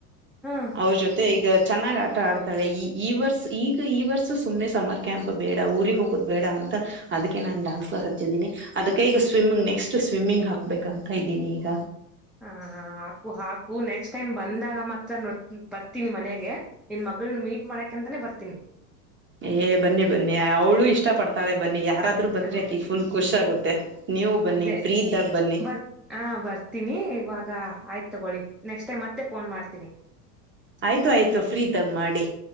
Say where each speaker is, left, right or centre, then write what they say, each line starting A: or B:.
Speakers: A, in the centre; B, on the right.
A: ಹ್ಮ್
B: ಅವ್ರ ಜೊತೆ ಈಗ ಚೆನ್ನಾಗಿ ಆಟ ಆಡ್ತಾ ತಾಳೆ ಈ ಈ ವರ್ಷ ಈಗ ಈ ವರ್ಷ ಸುಮ್ನೆ ಸಮಮ್ಮರ್ ಕ್ಯಾಂಪ್ ಬೇಡ ಊರಿಗೆ ಹೋಗುದ್ ಬೇಡ್ ಅಂತಾ. ಅದಕ್ಕೆ ನಾ ಡಾನ್ಸ್ ಕ್ಲಾಸ್ ಹಚ್ಚಿದ್ದೀನಿದಕ್ಕ ಈಗ ಸ್ವಿಮ್ಮಿಂಗ್ ನೆಕ್ಸ್ಟ್ ಸ್ವಿಮ್ಮಿಂಗ್ ಹಾಕ್ಬೇಕ ಅಂತಾ ಇದೀನಿ ಈಗ.
A: ಹ ಹ ಹಾಕು ಹಾಕು ನೆಕ್ಸ್ಟ್ ಟೈಮ್ ಬಂದಾಗ ಮಾತ್ರ ನ ಬರ್ತೀನಿ ಮನೆಗೆ ನಿನ್ ಮಗಳನ್ನ ಮೀಟ್ ಮಾಡಕ್ ಅಂತಾನೇ ಬರ್ತೀನಿ
B: ಏ ಬನ್ನಿ ಬನ್ನಿ ಅವಳು ಇಷ್ಟ ಪಡ್ತಾಳೆ ಬನ್ನಿ ಯಾರ ಯಾದ್ರರು ಬಂದ್ರೆ
A: ಹ
B: ಆಕಿ ಫುಲ್ ಖುಷ ಆಗುತ್ತೆ ನೀವು ಬನ್ನಿ
A: ಅದೇ
B: ಫ್ರೀ ಇದ್ದಾಗ ಬನ್ನಿ
A: ಬರ್ ಹಾ ಬರ್ತೀನಿ ಇವಾಗ ಆಯ್ತತ್ ತಗೊಳ್ಳಿ ನೆಕ್ಸ್ಟ್ ಟೈಮ್ ಮತ್ತೆ ಫೋನ್ ಮಾಡ್ತೀನಿ
B: ಆಯ್ತು ಆಯ್ತು ಫ್ರೀ ಇದ್ದಾಗ ಮಾಡಿ